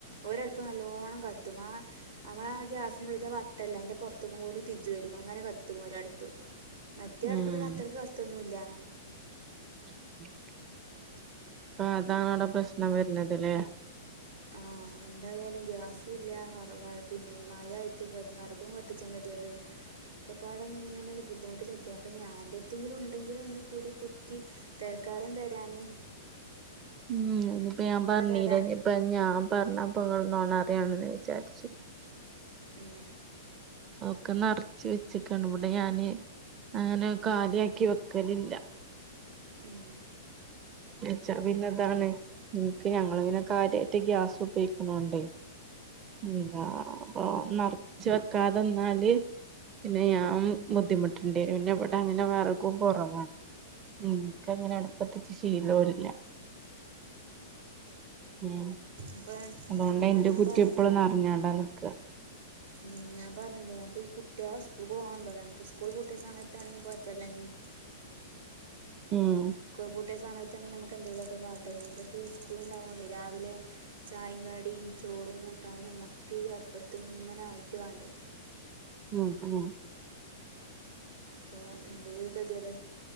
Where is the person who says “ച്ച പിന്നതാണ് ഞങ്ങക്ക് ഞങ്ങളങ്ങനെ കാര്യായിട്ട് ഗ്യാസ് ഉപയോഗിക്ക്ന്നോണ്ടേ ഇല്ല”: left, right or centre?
Right